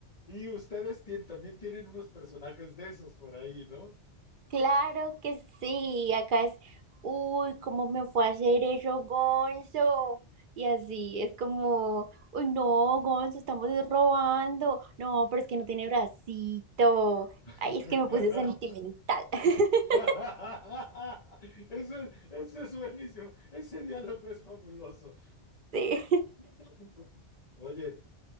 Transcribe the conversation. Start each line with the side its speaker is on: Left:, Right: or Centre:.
Left: Y ustedes tien- también tienen unos personajes de esos por ahí, ¿no?
Right: Claro que sí, acá es, uy, ¿cómo me fue a hacer eso, Gonzo? Y así, es como, uy, no, Gonzo, estamos robando. No, pero es que no tiene bracito.
Left: <laughs>
Right: Ay, es que me puse sentimental. <laughs>
Left: <laughs> Eso es, eso es buenísimo. Ese diálogo es fabuloso.
Right: Sí.
Left: <laughs> Oye,